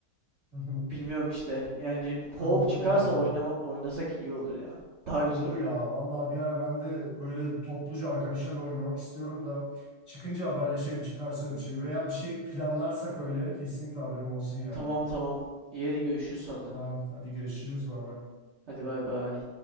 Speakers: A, on the left (about 15°); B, on the right (about 55°).
A: <laughs> Hı hı,
B: bilmiyorum işte. Yani co-op
A: Anladım
B: çıkarsa
A: abi.
B: oynama, oynasak iyi olur ya. Daha güzel
A: Olur
B: oluyor.
A: ya. Vallahi bir ara ben de böyle topluca arkadaşlarla oynamak istiyorum da çıkınca haberleşelim çıkarsa bir şey veya bir şey planlarsak öyle kesinlikle haberim olsun yani.
B: Tamam tamam. İyi hadi görüşürüz sonra.
A: Tamam hadi görüşürüz baba.
B: Hadi bay bay.